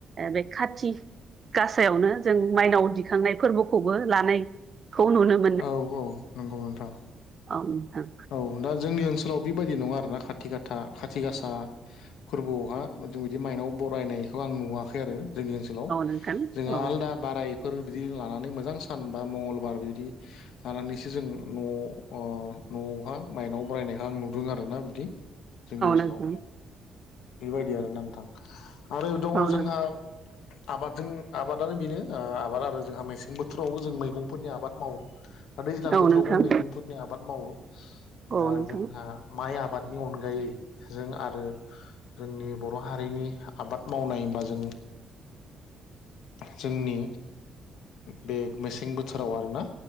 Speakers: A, on the right (about 45°); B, on the left (about 80°).
A: बे खाथि गासायावनो जों माइनाव दिखांनाय फोरबोखौबो लानाय खौ नुनो मोनो
B: औ औ नंगौ नोंथां
A: औ नोंथां
B: औ दा जोंनि ओनसोलाव बेबायदि नङा आरो ना खाथि खाथा खाथि गासा फोरबोआवहा जों बिदि माइनाव बरायनायखौ आं नुवाखै आरो जोंनि ओनसोलाव
A: नोंथां
B: जोंहा
A: औ
B: आलदा बारायफोर बिदि लानानै मोजां सान बा मंगलबार बिदि लानानैसो जों न'आव न'आवहा मायनाव बरायनायखौ आं नुदों आरो ना बिदि जोंनि ओनसोलाव
A: नोंथां
B: बेबायदि आरो ना नोंथां आरो दङ
A: औ नोंथां औ
B: जोंहा आबादजों आबादानो बेनो आबाद आरो जोंहा मेसें बोथोरावबो जों मैगंफोरनि आबाद मावो दा दैज्लां
A: नोंथां
B: बोथोरावबो मैगंफोरनि आबाद मावो
A: औ
B: दा
A: नोंथां औ नोंथां
B: जोंहा माइ आबादनि अनगायै जों आरो जोंनि बर' हारिनि आबाद मावनाय होनबा जों जोंनि बे मेसें बोथोराव आरोना